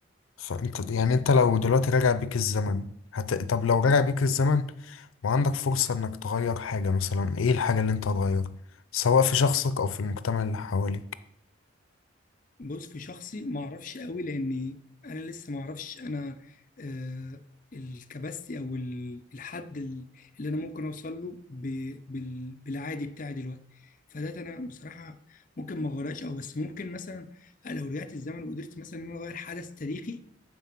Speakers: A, on the left (about 80°); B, on the left (about 40°).
A: فانت يعني انت لو دلوقتي راجع بيك الزمن هت... طب لو راجع بيك الزمن وعندك فرصة انك تغير حاجة مثلا ايه الحاجة اللي انت هتغيرها سواء في شخصك او في المجتمع اللي حواليك
B: بص في شخصي ما اعرفش قوي لان انا لسه ما اعرفش انا آه الكباستي او ال- الحد ال- اللي انا ممكن اوصل له ب- بال- بالعادي بتاعي دلوقتي فده انا بصراحه ممكن ما اغيرهاش او بس ممكن مثلا لو رجعت الزمن وقدرت مثلا ان انا اغير حدث تاريخي